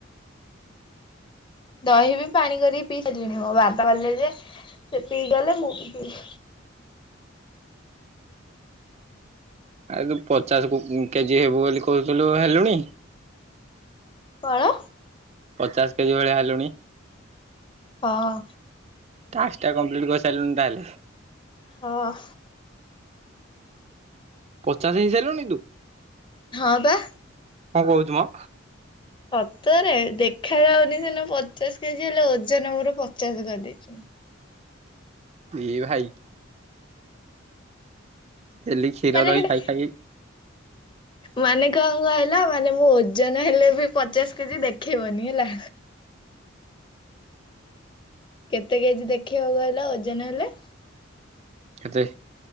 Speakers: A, on the left; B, on the right.
A: ଦହି ବି ପାଣି କରିକି ପିଇ ସାରିଲିଣି ମୋ ବାପା ଗଲେ ଯେ ସେ ପିକି ଗଲେ ମୁଁ ବି ପିଇ।
B: ଆରେ ତୁ ପଚାଶ କୁ କେଜି ହେବୁ ବୋଲି କହୁଥିଲୁ ହେଲୁଣି?
A: କଣ?
B: ପଚାଶ କେଜି ଭଳିଆ ହେଲୁଣି?
A: ହଁ।
B: ଟାସ୍କ ଟା କମ୍ପ୍ଲିଟ କରିସାରିଲୁଣି ତା ହେଲେ।
A: ହଁ।
B: ପଚାଶ ହେଇସାରିଲୁଣି ତୁ
A: ହଁ ବା।
B: କଣ କହୁଛୁ ମ?
A: ସତରେ ଦେଖାଯାଉନି ସୀନା ପଚାଶ କେଜି ହେଲେ ଓଜନ ମୋର ପଚାଶ କରିଦେଇଛି ମୁଁ
B: ଇ ଭାଇ। ଡେଲି କ୍ଷୀର
A: ମାନେ
B: ଦହି
A: ହେଟା
B: ଖାଇ ଖାଇ।
A: ମାନେ କଣ କହିଲ ମାନେ ମୁ ଓଜନ ହେଲେ ବି ପଚାଶ କେଜି ଦେଖେଇବନି ହେଲା। କେତେ କେଜି ଦେଖିବ କହିଲ ଓଜନ ହେଲେ।
B: କେତେ